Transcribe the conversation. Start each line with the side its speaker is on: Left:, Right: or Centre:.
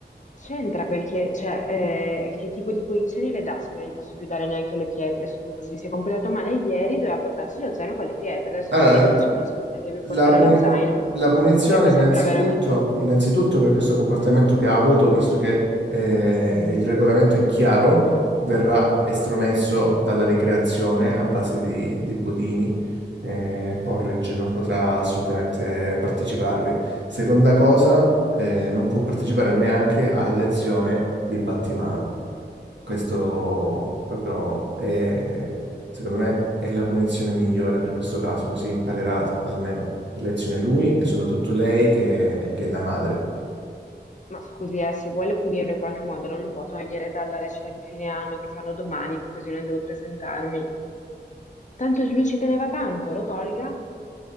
Left: C'entra perché, cioè, eh, che tipo di punizioni le dà se non gli posso più dare neanche le pietre, scusi. Si è comportato male ieri, doveva portarsi lo zaino con le pietre. Adesso
Right: Allora,
Left: se lei mi dice che non si può neanche più portare
Right: La, puni-
Left: lo zaino,
Right: la punizione
Left: cioè, mi
Right: innanzitutto,
Left: sembra veramente...
Right: innanzitutto per questo comportamento che ha avuto, visto che eh, il regolamento è chiaro, verrà estromesso dalla ricreazione a base di, di budini. eh, Porridge non potrà assolutamente parteciparvi. Seconda cosa, eh, non può partecipare neanche alla lezione di battimano. Questo proprio è, secondo me, è la punizione migliore per questo caso, così imparerà almeno la lezione lui e soprattutto lei che, che è la madre.
Left: Ma scusi, eh, se vuole punirlo in qualche modo, non lo può togliere dalla recita di fine anno che fanno domani, così non devo presentarmi. Tanto lui ci teneva tanto, lo tolga